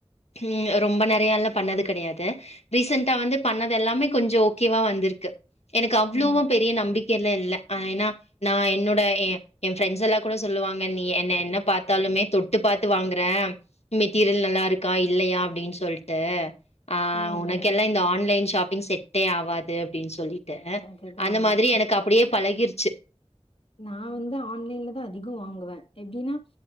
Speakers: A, on the left; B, on the left.
A: ம் ரொம்ப நெறையால்ல பண்ணது கெடையாது ரீசண்டா வந்து பண்ணது எல்லாமே கொஞ்ச ஓகேவா வந்திருக்கு எனக்கு அவ்ளோவா
B: ம்
A: பெரிய நம்பிக் க்க எல்லா இல்ல ஆ ஏன்னா நா என்னோட ஏன் என் ப்ரெண்ட்ஸ் எல்லா கூட சொல்லுவாங் ம்மா நீ என்ன - என்ன பாத்தாலுமே தொட்டு பாத்து வாங்குற மெட்டீரியல் நல்லா இருக்கா இல்லையா அப்டின்னு சொல்ட்டு ஆ
B: ம்
A: உனக்கெல்லா
B: ம்
A: இந்த ஆன்லைன் ஷாப்பிங் செட் பே ஆவாது அப்டின்னு சொல்லி ட்டே
B: அதுதா
A: அந்த மாதிரி
B: அப்
A: எனக்கு அப்டியே பழகிருச்சு
B: நா வந்து ஆன்லைன்லதா அதிகோ வாங்குவே எப்டின்னா